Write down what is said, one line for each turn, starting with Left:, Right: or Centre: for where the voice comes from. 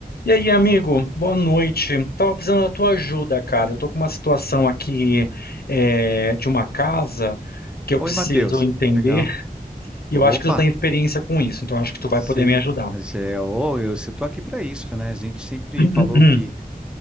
Left: E aí, amigo, boa noite. Tava precisando da tua ajuda, cara. Eu tô com uma situação aqui é, de uma casa que eu
Centre: Oi,
Left: preciso
Centre: Matheus.
Left: entender
Centre: Legal.
Left: e
Centre: Opa,
Left: eu acho que tu tem experiência com isso, então acho que tu vai
Centre: se
Left: poder
Centre: ele.
Left: me ajudar.
Centre: se é- ô, eu estou aqui para isso, né? A gente sempre
Left: <clears throat>
Centre: falou que,